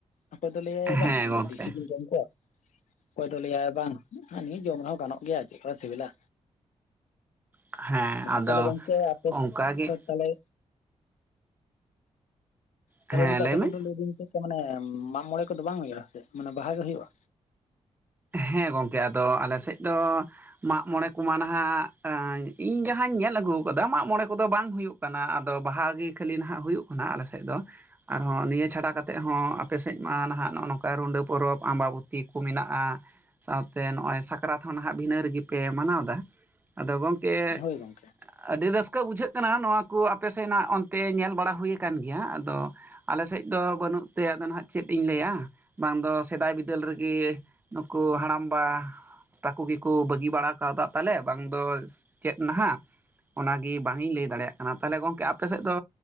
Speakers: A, on the left; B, on the right.
A: ᱚᱠᱚᱭ ᱫᱚ ᱞᱟᱹᱭᱟᱭ
B: ᱦᱮᱸ
A: ᱵᱟᱝ ᱤᱧᱫᱚ
B: ᱜᱚᱝᱠᱮ
A: ᱫᱮᱥᱤ ᱜᱮᱧ ᱡᱚᱢ ᱠᱚᱣᱟ ᱚᱠᱚᱭ ᱫᱚ ᱞᱟᱹᱭᱟᱭ ᱵᱟᱝ ᱱᱤᱭᱟᱹ ᱡᱚᱢ ᱨᱮᱦᱚᱸ ᱜᱟᱱᱚᱜ ᱜᱮᱭᱟ ᱪᱮᱫ ᱠᱟ ᱥᱤᱵᱤᱞᱟ
B: ᱦᱮᱸ ᱟᱫᱚ
A: ᱛᱟᱞᱦᱮ ᱜᱚᱝᱠᱮ ᱟᱯᱮᱥᱮᱫ
B: ᱚᱱᱠᱟᱜᱮ
A: ᱛᱚ ᱛᱟᱞᱮ ᱛᱟᱦᱮ
B: ᱦᱮᱸ
A: ᱜᱚᱢᱠᱮ ᱟᱯᱮ
B: ᱞᱟᱹᱭ ᱢᱮ
A: ᱥᱮᱫ ᱫᱚ ᱞᱟᱹᱭᱟᱫᱤᱧ ᱪᱮᱫ ᱠᱚ ᱢᱟᱱᱮ ᱢᱟᱜᱽ ᱢᱚᱬᱮ ᱠᱚᱫᱚ ᱵᱟᱝ ᱦᱩᱭᱩᱜᱼᱟ? ᱥᱮ ᱢᱟᱱᱮ ᱵᱟᱦᱟ ᱜᱮ ᱦᱩᱭᱩᱜᱼᱟ
B: ᱦᱮᱸ ᱜᱚᱢᱠᱮ ᱟᱫᱚ ᱟᱞᱮ ᱥᱮᱫ ᱫᱚ ᱢᱟᱜᱽ ᱢᱚᱬᱮ ᱠᱚᱢᱟ ᱱᱟᱦᱟᱜ ᱤᱧ ᱡᱟᱦᱟᱸᱧ ᱧᱮᱞ ᱟᱹᱜᱩ ᱠᱟᱫᱟ ᱢᱟᱜᱽ ᱢᱟᱬᱮ ᱠᱚᱫᱚ ᱵᱟᱝ ᱦᱩᱭᱩᱜ ᱠᱟᱱᱟ ᱟᱫᱚ ᱵᱟᱦᱟ ᱜᱮ ᱠᱷᱟᱹᱞᱤ ᱱᱷᱟᱜ ᱦᱩᱭᱩᱜ ᱠᱟᱱᱟ ᱟᱞᱮ ᱥᱮᱫ ᱫᱚ ᱟᱨᱦᱚᱸ ᱱᱤᱭᱟᱹ ᱪᱷᱟᱰᱟ ᱠᱟᱛᱮᱜ ᱦᱚᱸ ᱟᱯᱮᱥᱮᱡ ᱢᱟ ᱱᱟᱦᱟᱜ ᱱᱚᱜᱼᱚ ᱱᱚᱝᱠᱟ ᱨᱩᱰᱟᱹ ᱯᱚᱨᱚᱵᱽ ᱟᱢᱵᱟᱵᱩᱛᱤ ᱠᱚ ᱢᱮᱱᱟᱜᱼᱟ ᱥᱟᱶᱛᱮ ᱱᱚᱜᱼᱚᱭ ᱥᱟᱠᱨᱟᱛ ᱦᱚᱸ ᱱᱟᱦᱟᱜ ᱵᱷᱤᱱᱟᱹ ᱨᱤᱜᱤᱯᱮ ᱢᱟᱱᱟᱣᱫᱟ ᱟᱫᱚ ᱜᱚᱝᱠᱮ
A: ᱦᱳᱭ ᱜᱚᱝᱠᱮ
B: ᱟᱹᱰᱤ ᱨᱟᱹᱥᱠᱟᱹ ᱵᱩᱡᱷᱟᱹᱜ ᱠᱟᱱᱟ ᱱᱚᱣᱟ ᱠᱚ ᱟᱯᱮ ᱥᱮᱱᱟᱜ ᱚᱱᱛᱮ ᱧᱮᱞ ᱵᱟᱲᱟ ᱦᱩᱭ ᱠᱟᱱ ᱜᱮᱭᱟ ᱟᱫᱚ ᱟᱞᱮ ᱥᱮᱫ ᱫᱚ ᱵᱟᱹᱱᱩᱜ ᱛᱮ ᱟᱫᱚ ᱱᱦᱟᱸᱜ ᱪᱮᱫ ᱤᱧ ᱞᱟᱹᱭᱟ ᱵᱟᱝ ᱫᱚ ᱥᱮᱫᱟᱭ ᱵᱤᱫᱟᱹᱞ ᱨᱮᱜᱤ ᱱᱩᱠᱩ ᱦᱟᱲᱟᱢᱵᱟ ᱛᱟᱠᱩ ᱜᱮᱠᱩ ᱵᱟᱹᱜᱤ ᱵᱟᱲᱟ ᱠᱟᱣᱫᱟ ᱛᱟᱞᱮ ᱵᱟᱝ ᱫᱚ ᱪᱮᱫ ᱱᱟᱦᱟᱜ ᱚᱱᱟᱜᱮ ᱵᱟᱝ ᱤᱧ ᱞᱟᱹᱭ ᱫᱟᱲᱮᱭᱟᱜ ᱠᱟᱱᱟ ᱛᱟᱞᱦᱮ ᱜᱚᱝᱠᱮ ᱟᱯᱮ ᱥᱮᱫ ᱫᱚ